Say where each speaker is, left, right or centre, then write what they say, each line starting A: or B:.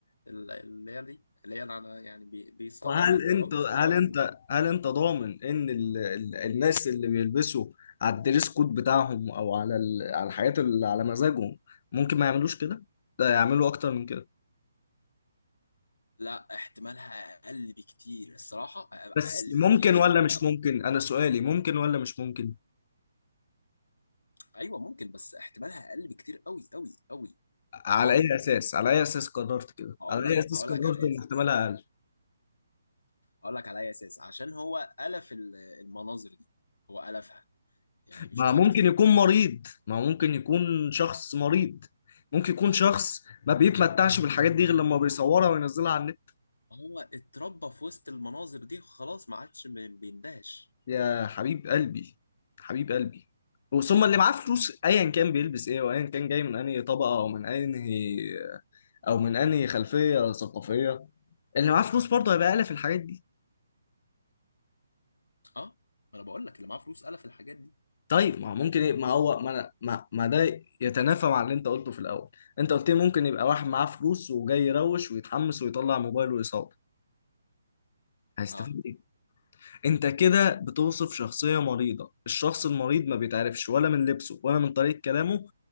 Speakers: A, on the left; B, on the left.
A: ال- اللي هي دي اللي هي اللي على- يعني بي- بيصوروا
B: وهل
A: بيقعدوا
B: انت هل
A: يصوروا
B: انت هل انت ضامن ان ال... ال... الناس اللي بيلبسوا على الدريس كود بتاعهم او على ال... على الحاجات اللي على مزاجهم ممكن ما يعملوش كده ده يعملوا اكتر من كده
A: لا احتمالها اقل بكتير الصراحه اقل
B: بس
A: بكتير
B: ممكن
A: مش
B: ولا
A: هنضحك
B: مش
A: على
B: ممكن
A: بعض
B: انا سؤالي ممكن ولا مش ممكن
A: ايوه ممكن بس احتمالها اقل بكتير قوي قوي قوي
B: على
A: قوي
B: اي اساس على اي اساس قررت كده
A: هقول
B: على
A: لك
B: اي اساس
A: هقول
B: قررت
A: لك على اي
B: ان
A: اساس
B: احتمالها اقل
A: هقول لك على اي اساس عشان هو الف ال- المناظر دي هو الفها يعني بيشوفها
B: ما ممكن
A: كتير
B: يكون مريض ما ممكن يكون شخص مريض ممكن يكون شخص ما بيتمتعش بالحاجات دي غير لما بيصورها وينزلها على النت
A: هو اتربى في وسط المناظر دي خلاص ما عادش بي- بيندهش
B: يا حبيب قلبي حبيب قلبي وثم اللي معاه فلوس ايا كان بيلبس ايه وايا كان جاي من انهي طبقه او من انهي او من انهي خلفيه ثقافيه اللي معاه فلوس برضه هيبقى اقل في الحاجات دي
A: اه ما انا بقول لك اللي معاه فلوس قال في الحاجات دي
B: طيب ما هو ممكن ايه ما هو ما, أنا- ما ما ده يتنافى مع اللي انت قلته في الاول انت قلت لي ممكن يبقى واحد معاه فلوس وجاي يروش ويتحمس ويطلع موبايله ويصور هيستفيد
A: اه
B: ايه؟ انت كده بتوصف شخصية مريضة الشخص المريض ما بيتعرفش ولا من لبسه ولا من طريقة كلامه